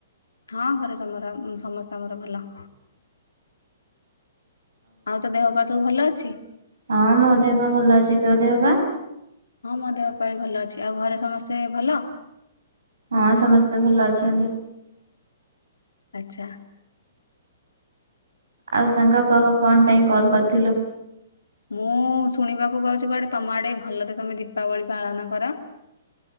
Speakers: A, on the left (about 85°); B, on the right (about 80°).
A: ହଁ ଘରେ ସମର ସମସ୍ତଙ୍କର ଭଲ। ଆଉ ତୋ ଦେହ ପା ସବୁ ଭଲ ଅଛି।
B: ହଁ ମୋ ଦେହ ପା ଭଲ ଅଛି ତୋ ଦେହ ପା
A: ହଁ ମୋ ଦେହ ପାଆବି ଭଲ ଅଛି ଆଉ ଘରେ ସମସ୍ତେ ଭଲ।
B: ହଁ ସମସ୍ତେ ଭଲ ଅଛନ୍ତି।
A: ଆଚ୍ଛା।
B: ଆଉ ସାଙ୍ଗ କହ କଣ ପାଇଁ କଲ୍ କରିଥିଲୁ।
A: ମୁଁ ଶୁଣିବାକୁ ପାଉଚି କୁଆଡେ ତମ ଆଡେ ଭଲରେ ତମେ ଦୀପାବଳି ପାଳନ କର।